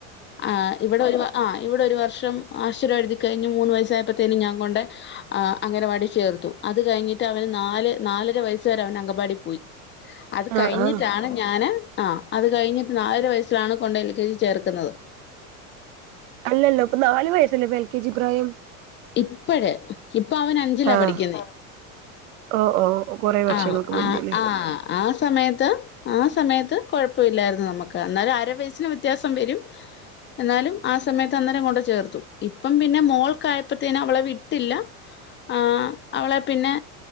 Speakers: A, on the left (about 25°); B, on the right (about 65°).
A: ആഹ് ഇവടെ ഒരു ആഹ് ഇവടെ ഒരു വർഷം അക്ഷരം എഴുതി കഴിഞ്ഞ് മൂന്ന് വയസായപ്പത്തേനും ഞാൻ കൊണ്ടേ ആഹ് അംഗനവാടി ചേർത്തു അത് കഴിഞ്ഞിട്ട് അവന് നാല് നാലര വയസ്സ് വരെ അവന് അംഗനവാടി പോയി അത്
B: ആഹ്
A: കഴിഞ്ഞിട്ടാണ്
B: ആഹ്
A: ഞാന് ആഹ് അത് കഴിഞ്ഞിട്ട് നാലര വയസ്സിലാണ് കൊണ്ടോയി എൽ കെജി ചേർക്കുന്നത്
B: അല്ലല്ല ഇപ്പ നാല് വയസ്സല്ലേ ഇപ്പൊ എൽ കെ ജി പ്രായം.
A: ഇപ്പഴ് ഇപ്പ അവൻ അഞ്ചിലാ
B: ആഹ്
A: പഠിക്കുന്നെ
B: ഓ ഓ കൊറേ വർഷങ്ങൾക്ക്
A: ആഹ്
B: മുന്നേല്ലേ
A: ആഹ് ആഹ് ആഹ് സമയത്ത് ആഹ് സമയത്ത് കൊഴപ്പല്ലായിരുന്നു നമ്മക്ക് എന്നാലും അര വയസ്സിന് വ്യത്യാസം വെരും എന്നാലും ആഹ് സമയത്തന്നേരം കൊണ്ട് ചേർത്തു ഇപ്പം പിന്നെ മോൾക്കായപ്പത്തേനും അവളെ വിട്ടില്ല ആഹ് അവളെ പിന്നെ